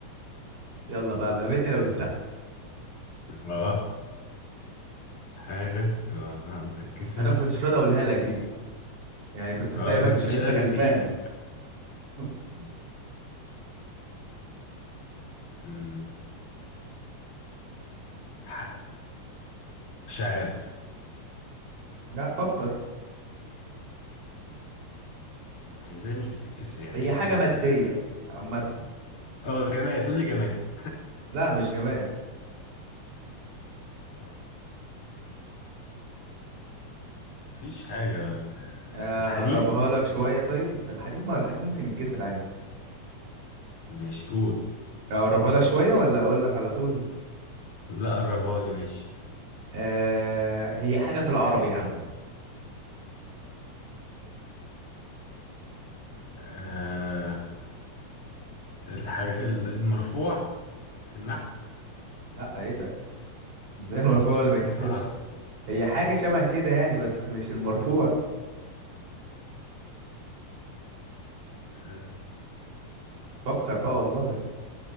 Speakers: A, on the right; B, on the left.
A: يلا بقى بقابلني لو جبتها
B: اه حاجه اللي عمرها ما بتتكسر
A: انا ما كنتش راضي اقولها لك دي يعني كنت
B: اه
A: سايبك
B: دي كنت
A: عشان
B: شايلها
A: انت غلبان
B: للتقيله
A: <laughs>
B: أمم، ح- مش عارف
A: لا فكر
B: ما هي ازاي مش بتتكسر يعني
A: هي
B: ايه الحاجه
A: حاجة
B: اللي
A: مادية عامة
B: اه جماد قول لي جماد
A: لا مش جماد
B: آه، مفيش حاجه ما بت-
A: آه،
B: الحديد
A: اقربها لك شوية طيب الحديد ما هو الحديد ممكن يتكسر عادي
B: ماشي قول
A: اقربها لك شوية ولا اقول لك على طول
B: لا قربها لي ماشي
A: أه هي حاجة في العربي يا عم
B: آه... الحاجة ال- المرفوع في النحو
A: لا ايه ده ازاي المرفوع
B: ما انت قلت
A: اللي ما
B: حاجة
A: يتكسرش
B: في العربي
A: هي حاجة شبه كده يعني بس مش المرفوع
B: آه.
A: فكر بقى والله